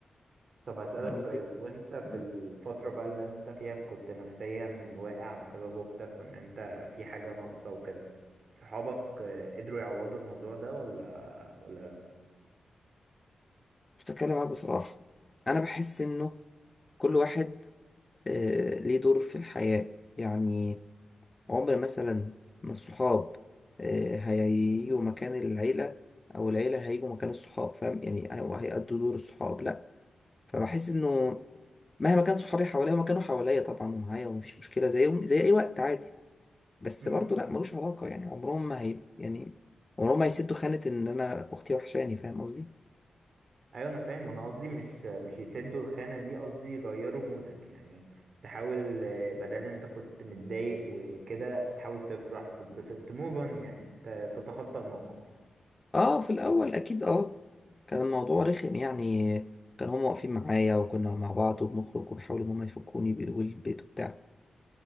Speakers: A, on the right; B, on the left.
A: طب هسألك
B: فاهم
A: سؤال
B: قصدي؟
A: وأنت في
B: مم.
A: الفترة بقى اللي أنت فيها كنت نفسيا واقع بسبب أختك وإن أنت في حاجة ناقصة وكده صحابك آه، قدروا يعوضوا الموضوع ده ولا ولا لأ؟
B: مش هتكلم معاك بصراحة أنا بحس إنه كل واحد آه ليه دور في الحياة يعني عمر مثلا ما الصحاب آه، هيجوا مكان العيلة أو العيلة هيجوا مكان الصحاب فاهم يعني أو هيأدوا دور الصحاب لأ فبحس إنه مهما كان صحابي حواليا ما كانوا حواليا طبعا ومعايا ومفيش مشكلة زيهم زي أي وقت عادي بس
A: مم.
B: برضه لأ ملوش علاقة يعني عمرهم ما هي يعني عمرهم ما هيسدوا خانة إن أنا أختي وحشاني فاهم قصدي؟
A: ايوه انا فاهم انا قصدي مش مش يسدوا الخانه دي قصدي يغيروا مودك يعني تحاول آه، بدل انت كنت متضايق وكده تحاول تفرح تتبسط تموف اون يعني ت- تتخطى الموقف
B: آه في الأول أكيد آه كان الموضوع رخم يعني كان هما واقفين معايا وكنا مع بعض وبنخرج وبيحاولوا إن هما يفكوني بيقولوا البيت وبتاع